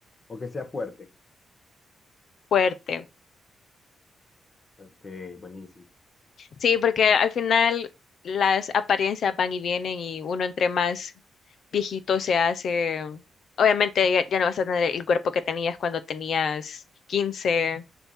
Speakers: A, on the left; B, on the left.
A: o que sea fuerte?
B: fuerte.
A: Ok, buenísimo.
B: Sí, porque al final las apariencias van y vienen y uno entre más viejito se hace, obviamente ya, ya no vas a tener el cuerpo que tenías cuando tenías 15